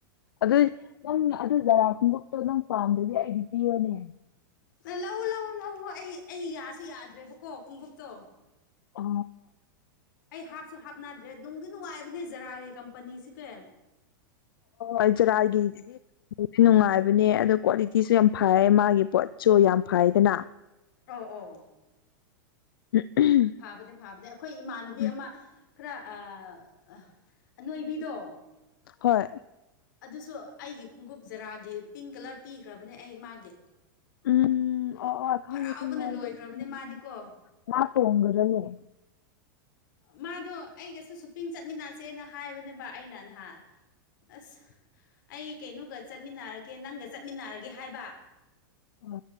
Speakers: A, on the left; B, on the left.
A: ꯑꯗꯨꯏ ꯅꯪ ꯑꯗꯨ ꯖꯥꯔꯥ ꯈꯣꯡꯎꯞꯇꯣ ꯅꯪ ꯄꯥꯝꯗꯔꯗꯤ ꯑꯩꯒꯤ ꯄꯤꯌꯣꯅꯦ
B: ꯑꯦ ꯂꯧꯋ‌ꯣ ꯂꯧꯋ‌ꯣ ꯂꯧꯋ‌ꯣ ꯑꯩ ꯑꯩ ꯌꯥꯁꯨ ꯌꯥꯗ꯭ꯔꯦꯕꯀꯣ ꯈꯣꯡꯎꯞꯇꯣ
A: ꯑ
B: ꯑꯩ ꯍꯥꯞꯁꯨ ꯍꯥꯞꯅꯗ꯭ꯔꯦ ꯅꯨꯡꯗꯤ ꯅꯨꯡꯉꯥꯏꯕꯅꯦ ꯖꯔꯥꯒꯤ ꯀꯝꯄꯅꯤꯁꯤ ꯀꯦ
A: ꯑꯩ ꯖꯔꯥꯒꯤ ꯅꯨꯡꯉꯥꯏꯕꯅꯦ ꯑꯗꯣ ꯀ꯭ꯋꯥꯂꯤꯇꯤꯁꯨ ꯌꯥꯝ ꯐꯩ ꯃꯥꯒꯤ ꯄꯣꯠꯁꯨ ꯌꯥꯝ ꯐꯩꯗꯅ
B: ꯑ ꯑꯣ
A: <unintelligible>
B: ꯐꯥꯕꯅ‌ꯦ ꯐꯥꯕꯅ‌ꯦ ꯑꯩꯈꯣꯏ ꯏꯃꯥꯟꯅꯕꯤ
A: ꯎꯝ
B: ꯑꯃ ꯈꯔ ꯑꯥ ꯑꯅꯣꯏꯕꯤꯗꯣ
A: ꯍꯣꯏ
B: ꯑꯗꯨꯁꯨ ꯑꯩꯒꯤ ꯈꯣꯡꯎꯞ ꯖꯔꯥꯒꯤ ꯄꯤꯡ ꯀꯂꯔ ꯄꯤꯈ꯭ꯔꯕꯅꯦ ꯑꯩ ꯃꯥꯒꯤ
A: ꯎꯝ ꯑꯣ ꯑꯣ ꯈꯪꯉꯦ
B: ꯍꯔꯥꯎꯕꯅ
A: ꯈꯪꯉꯦ
B: ꯂꯣꯏꯈ꯭ꯔꯕꯅꯦ ꯃꯥꯗꯤꯀꯣ
A: <inaudible> ꯃꯥ ꯇ‌ꯣꯡꯒꯔꯅꯦ
B: ꯃꯥꯗꯣ ꯑꯩꯒꯁꯨ ꯁꯨꯄꯤꯡ ꯆꯠꯃꯤꯟꯅꯁꯦꯅ ꯍꯥꯏꯕꯅꯦꯕ ꯑꯩꯅ ꯅꯍꯥꯟ ꯑꯁ ꯑꯩ ꯀꯩꯅꯣꯒ ꯆꯠꯃꯤꯟꯅꯔꯒꯦ ꯅꯪꯒ ꯆꯠꯃꯤꯟꯅꯔꯒꯦ ꯍꯥꯏꯕ
A: ꯍꯣꯏ ꯍꯣꯏ